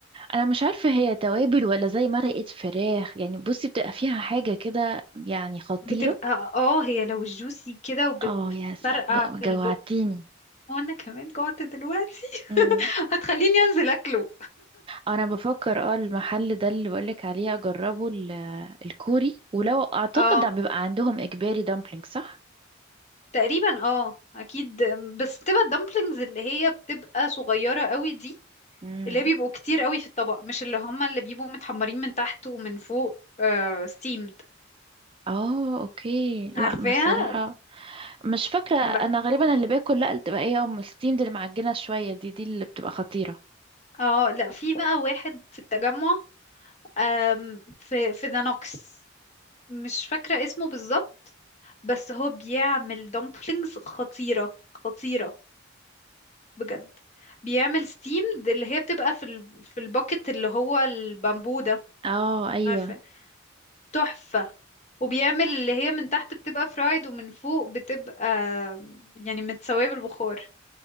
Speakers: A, on the right; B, on the left.
A: انا مش عارفه هي توابل ولا زي مرقه فراخ يعني بصي بتبقى فيها حاجه كده يعني خطيره
B: بتبقى اه هي لو جوسي كده وبتفرقع
A: اه يا سلام بقى
B: في
A: جوعتيني
B: البق وانا كمان جوعت دلوقتي
A: امم
B: هتخليني انزل اكله
A: انا بفكر اه المحل ده اللي بقولك عليه اجربه ال- الكوري ولو اعتقد
B: اه
A: ده بيبقى عندهم اجباري دامبلينج صح
B: تقريبا اه اكيد بس بتبقى الدمبلينجز اللي هي بتبقى صغيرة قوي دي
A: مم.
B: اللي هي بيبقوا كتير قوي في الطبق مش اللي هما اللي بيبقوا متحمرين من تحت ومن فوق آه ستيمد
A: اه اوكي
B: عارفاها
A: لا بصراحه مش فاكره انا
B: انا بقى
A: غالبا اللي باكل لا اللي بتبقى ايه ام الستيم دي المعجنه شويه دي دي اللي بتبقى خطيره
B: اه لا في بقى واحد في التجمع آم في في ذا نوكس مش فاكرة اسمه بالظبط بس هو بيعمل دمبلينجز خطيرة خطيرة بجد بيعمل ستيمد اللي هي بتبقى في ال... في الباكت اللي هو البامبو ده
A: اه ايوه
B: عارفة تحفة وبيعمل اللي هي من تحت بتبقى فرايد ومن فوق بتبقى يعني متسوية بالبخار